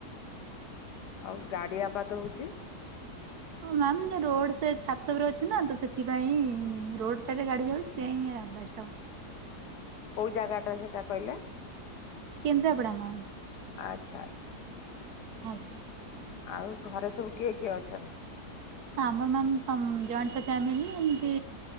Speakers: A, on the left; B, on the right.
A: ଆଉ ଗାଡ଼ି ଆବାଦ ହେଉଛି।
B: ହଁ ମ୍ୟାାମ ରୋଡ ସେ ଛାତ ଉପରେ ଅଛି ନା ତ ସେଥିପାଇଁ ରୋଡ ସାଇଡରେ ଗାଡି ଯାଉଛି। <unintelligible>
A: କୋଉ ଜାଗାଟା ସେଟା କହିଲେ।
B: କେନ୍ଦ୍ରାପଡ଼ା ମ୍ୟାମ୍।
A: ଆଚ୍ଛା ଆଚ୍ଛା।
B: ଆଜ୍ଞା।
A: ଆଉ ଘରେ ସବୁ କିଏ କିଏ ଅଛନ୍ତି?
B: ଆମର ମାମ ସମ୍ ଜଏଣ୍ଟ ତ ଫ୍ୟାମିଲି ଏମତି।